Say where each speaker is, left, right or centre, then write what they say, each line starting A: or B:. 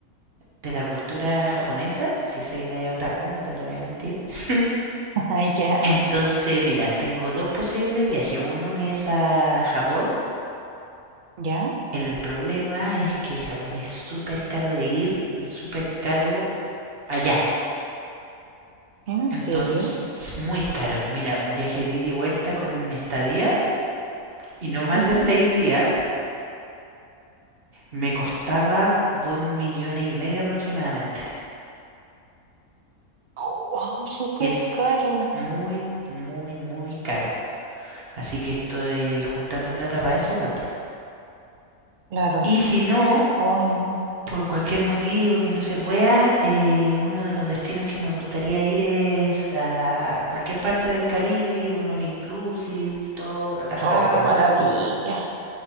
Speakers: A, on the right; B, on the right.
A: de la cultura japonesa. Si soy media otaku, no te lo voy a mentir. <laughs>
B: Ah, ya,
A: Entonces, mira, tengo dos posibles viajes. Uno es a Japón.
B: ya,
A: El problema es que Japón es súper caro de ir y súper caro allá.
B: ¿en
A: Entonces,
B: serio?
A: muy caro. Mira, un viaje de ida y vuelta con estadía y no más
B: Ujú.
A: de seis días. Me costaba dos millones y medio aproximadamente.
B: Oh, súper
A: Es
B: caro.
A: muy, muy, muy caro. Así que estoy juntando plata para eso igual.
B: Claro,
A: Y si no,
B: ¡Ay no.
A: por cualquier motivo que no se pueda, eh, uno de los destinos que me gustaría ir es a cualquier parte del Caribe, ir a un all inclusive, todo relajado.
B: Oh, qué maravilla,